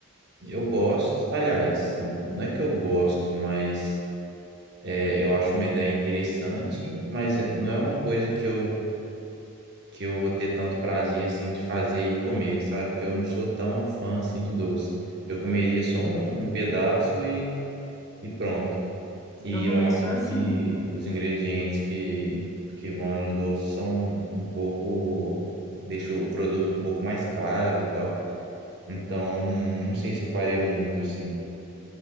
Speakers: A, on the right (about 50°); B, on the left (about 15°).
A: eu gosto, aliás, n- não é que eu gosto, mas é, eu acho uma ideia interessante, mas é- não é uma coisa que eu que eu vou ter tanto prazer assim de fazer e comer, sabe? Porque eu não sou tão fã assim de doce. Eu comeria só um, um pedaço e, e pronto. E
B: Eu também
A: eu acho
B: sou assim.
A: que os ingredientes que, que vão nos doces são um pouco, deixa o produto um pouco mais caro e tal. Então, não sei se eu faria muito assim.